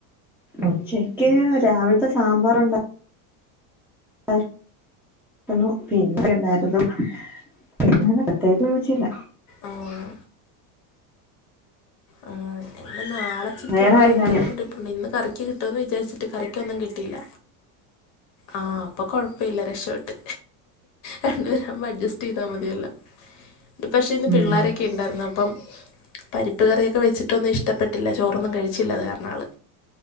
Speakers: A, in the centre; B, on the left.
A: ഉച്ചക്ക് രാവിൽത്തെ സാമ്പാറുണ്ടാ ണ്ടായിരുന്നു പിന്നെ <unintelligible> ഉണ്ടായിരുന്നു പിന്നെ അങ്ങെനെ പ്രത്യേകിച്ചൊന്നും വെച്ചില്ല
B: ആഹ് ആഹ് ഞങ്ങള നാളെ ചിക്കൻ
A: വേറെ
B: വാങ്ങിക്കണന്നുണ്ട്
A: ആരുമില്ലാഞ്ഞിട്ട്
B: ഇന്ന് കറി കിട്ടും എന്ന് വിചാരിച്ചിട്ട് കറിക്കൊന്നും കിട്ടിയില്ല. ആഹ് അപ്പൊ കൊഴപ്പില്ല രക്ഷപെട്ട് രണ്ടുപേരാവുമ്പോ അഡ്ജസ്റ്റ് ചെയ്താ മതിയല്ലോ പക്ഷെ ഇന്ന്
A: ഉം
B: പിള്ളാരൊക്കെ ക്കെ ഇണ്ടായിരുന്നു അപ്പം പരിപ്പ് കറിയൊക്കെ വെച്ചിട്ടൊന്നും ഇഷ്ടപ്പെട്ടില്ല ചോറൊന്നും കഴിച്ചില്ലത് കാര ഇന്നാള്